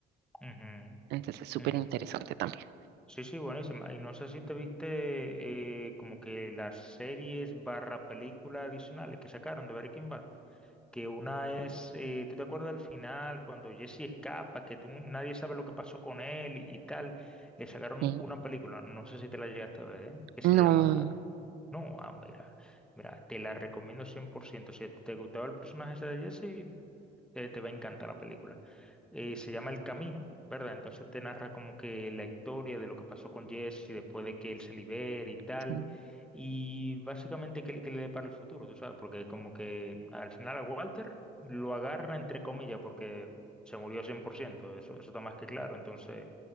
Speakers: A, in the centre; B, on the right (about 75°).
A: ujú,
B: entonces es súper
A: ujú.
B: interesante también.
A: Sí, sí, buenísima. Y no sé si te viste eh, como que las series barra películas adicionales que sacaron de Breaking Bad. que una es, eh, ¿tú te acuerdas del final cuando Jesse escapa, que tú- nadie sabe lo que pasó con él y, y tal? Le sacaron
B: Sí.
A: una película, no sé si te la llegaste a ver, ¿eh? Que se
B: No,
A: llama... No, ah, mira, mira, te la recomiendo 100%. Si te gustaba el personaje ese de Jesse, te, te va a encantar la película. Eh, se llama El Camino, ¿verdad? Entonces te narra como que la historia de lo que pasó con Jesse después de que él se libere y tal.
B: sí.
A: Y básicamente, ¿qué, le qué le depara el futuro? ¿Tú sabes? Porque como que al final a Walter lo agarra entre comillas porque se murió cien por ciento eso, eso está más que claro. Entonces,